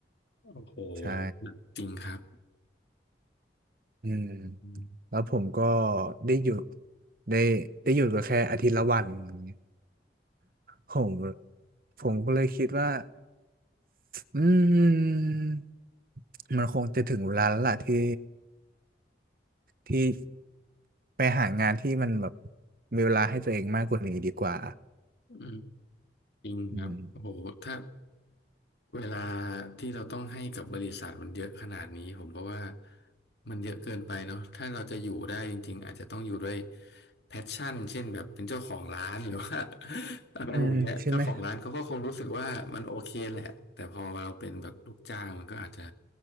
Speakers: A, on the left; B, on the right.
A: โอ้โห
B: ใช่
A: จริงครับ
B: อืม
A: อืม
B: แล้วผมก็ได้หยุดได้ได้หยุดก็แค่อาทิตย์ละวันอย่างเงี้ยผมผมก็เลยคิดว่าอืมมันคงจะถึงเวลาแล้วล่ะที่ที่ไปหางานที่มันแบบมีเวลาให้ตัวเองมากกว่านี้ดีกว่า
A: อืม จริงครับโอ้โหถ้า
B: อืม
A: เวลาที่เราต้องให้กับบริษัทมันเยอะขนาดนี้ผมก็ว่ามันเยอะเกินไปเนาะถ้าเราจะอยู่ได้จริงๆอาจจะต้องอยู่ด้วยแพชชั่นเช่นแบบเป็นเจ้าของร้าน <laughs> หรือว่า <laughs> อะไรอย่างเงี้ยเจ้าของร้านเขาก็คงรู้สึกว่ามันโอเคแหละแต่พอเราเป็นแบบลูกจ้างมันก็อาจจะ
B: อืมใช่ไหม